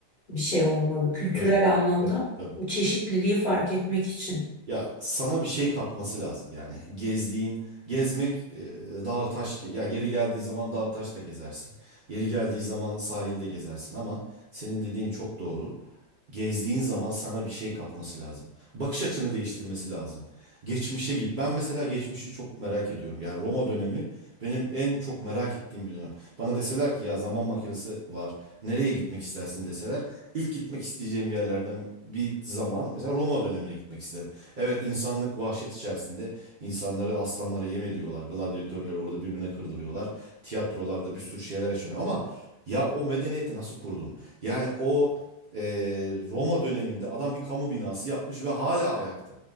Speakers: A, on the left; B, on the right.
A: bir şey olmalı kültürel
B: Tabii.
A: anlamda.
B: Tabii. Tabii.
A: O çeşitliliği fark etmek için.
B: Ya sana bir şey katması lazım yani gezdiğin gezmek e, dağ taş ge- ya yeri geldiği zaman dağ taş da gezersin. Yeri geldiği zaman sahilde gezersin ama senin dediğin çok doğru. Gezdiğin zaman sana bir şey katması lazım. Bakış açını değiştirmesi lazım. Geçmişe git. Ben mesela geçmişi çok merak ediyorum. Yani Roma dönemi benim en çok merak ettiğim bir dönem. Bana deseler ki ya zaman makinesi var. Nereye gitmek istersin deseler ilk gitmek isteyeceğim yerlerden bir zaman mesela Roma dönemine gitmek isterim. Evet insanlık vahşet içerisinde insanları aslanlara yem ediyorlar. Gladyatörleri orada birbirine kırdırıyorlar. Tiyatrolarda bir sürü şeyler yaşanıyor ama ya o medeniyeti nasıl kurdun? Yani o e, Roma döneminde adam bir kamu binası yapmış ve hala ayakta.